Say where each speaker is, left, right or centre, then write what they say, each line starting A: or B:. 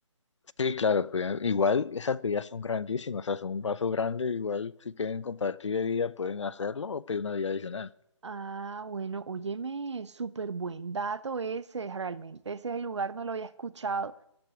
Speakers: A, on the left; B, on the right.
A: Sí, claro, pues igual esas bebidas son grandísimas, o sea, son un vaso grande, igual si quieren compartir bebida pueden hacerlo o pedir una bebida adicional.
B: Ah, bueno, óyeme, súper buen dato ese. Realmente ese es el lugar no lo había escuchado.